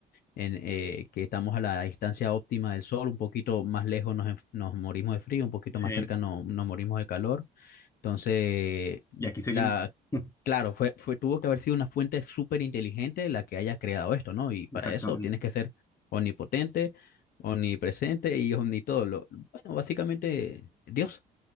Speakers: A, on the left (about 60°); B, on the left (about 15°).
A: en, eh, que estamos a la distancia óptima del sol, un poquito más lejos nos, enf- nos morimos de frío, un poquito
B: Sí,
A: más cerca no, nos morimos de calor. Entonces,
B: y aquí seguimos.
A: la,
B: <laughs>
A: claro, fue, fue, tuvo que haber sido una fuente súper inteligente la que haya creado esto, ¿no? Y para
B: Exactamente.
A: eso tienes que ser omnipotente, omnipresente y omnitodo. Lo, bueno, básicamente, Dios,